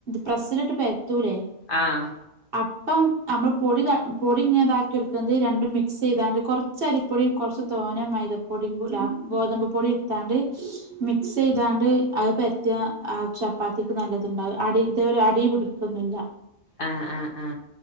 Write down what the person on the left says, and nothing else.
ആഹ്
ആഹ് ആ ആഹ്